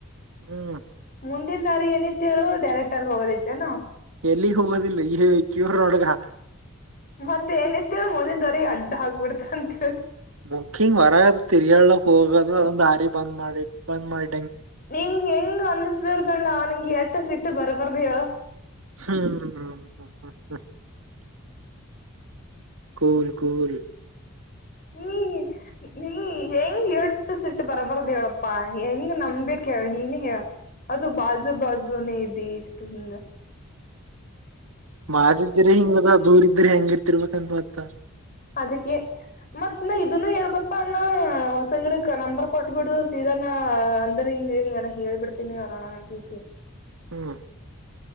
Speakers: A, on the right; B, on the left.
A: ಹ್ಮ್
B: ಮುಂದಿನ ದಾರಿ ಏನಿತ್ತ ಹೇಳು ಡೈರೆಕ್ಟ್ ಆಗಿ ಅಲ್ಲಿ ಹೋಗೋದೈತೆನು.
A: ಇಲ್ಲಿ ಹೋಗೋಗದಿಲ್ಲ ಹೇ ಕಿವ್ರೂ ನೋಡು ಗಾ.
B: ಮತ್ತೆ ಏನತ್ತ ಮುಂದಿನ್ ದಾರಿ ಅಡ್ಡ ಹಾಕ್ಬಿಡ್ತ ಅಂತ ಹೇಳ್.
A: ಮುಖಿಂಗ್ ಹೊರಗದು ತಿರ್ಗಾಳಕ್ ಹೋಗೋದು ಅದ್ ದಾರಿ ಬಂದ್ ಮಾಡಿ ಬಂದ್ ಮಾಡಿ.
B: ನೀ ಎಂಗ ಅನ್ನಿಸವರ್ದ್ಣ ಆಾನಂಗ ಎಟ ಸೀಟ್ ಬರಬರ್ದ ಯೋ
A: ಹ್ಮ್ ಹ ಗೋಲ್ ಗೋಲ್
B: ಹ್ಮ ನೀ ನೀ ಹೆಂಗ್ ಎಟ್ ಸಿಟ್ಟು ಬರ್ಬಾರ್ದ ಹೇಳಪ್ಪಾ ಹೆಂಗ್ ನಂಬೆಕ್. ಹೇಳ್ ನೀನೇ ಹೇಳ್ ಅದು ಬಾಜು ಬಾಜೂನೇ ನಿಂಗ.
A: ಬಾಜು ಇದ್ರೆ ಹಿಂಗದ ದೂರ ಇದ್ದ್ರ ಹೆಂಗ ಇರ್ತಿರ್ಬೇಕಂತ ಬತ್ತ.
B: ಅದಕ್ಕೆ ಮತ್ ನ ಇದನು ಹೇಳ್ದಪ್ಪ ಅಣ ಹೊಸಗಿಡ ನಂಬರ್ ಕೊಟ್ಬಿಡು ಸೀದಾನ ಅಂದ್ರ. ಇಂಗ ಇಂಗನೇ ಹೇಳ್ಬಿಡ್ತೀನಿ ಅಣ್ಣ ಅಕಿಗೆ ತಿಳಿಸಿ.
A: ಹ್ಮ್